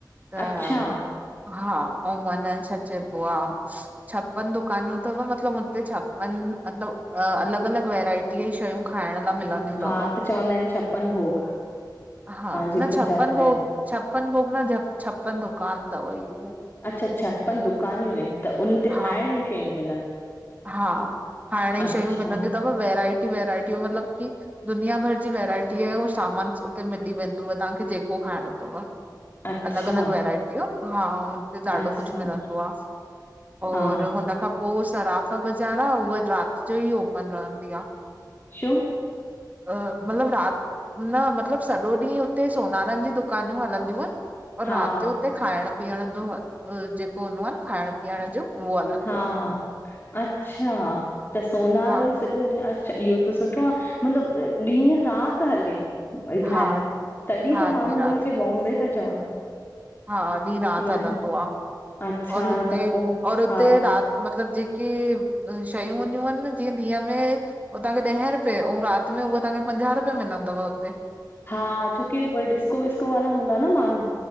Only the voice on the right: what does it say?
त
हा अऊं अन छा चयबो आ? छप्पन दुकानियूं तव मतलबु हुते छप्पन मतिलबु अलॻि अलॻि वैरायटी जी शयूं खाइणु लाइ मिलंद न्दियूं तव,
हा
न छप्पन
भोग
छप्पन भोग न छप्पन दुकान तव इये।
हा
हा खाइण जी
शयूं मिलंदियूं अथव वैराइटी वैराइटियूं मतलबु कि दुनिया भर जी वैराइटी आहे। उहो सामान उते मिली वेंदोव तव्हांखे जेको खाइणो अथव।
अलॻि अलॻि वैरायटियूं हा उन तेे ॾाढो
कुझु मिलंदो आहे। और
हुन खां पोइ सराफा बाज़ार आहे उहा राति जो ई ओपन रहंदी आहे।
अ मतलबु राति न मतिलबु सॼो ॾींहुं हुते सोनारनि जी दुकानियूं हलंदियूं आहिनि और
राति जो उते खाइण पीअण जो जेको हूंदो आहे न खाइण पीअण जो उहो हलंदो
आहे।
हा
हा
हा
ॾींहुं
राति
हा ॾींहुं राति
हलंदो
आहे,
और हुते
और हुते
राति मतिलब जेके शयूं हूंदियूं आहिनि न जीअं ॾींहं में उहो तव्हांखे ॾह रुपए ऐं राति में उहा तव्हांखे पंजाह रुपये मिलंदव हुते।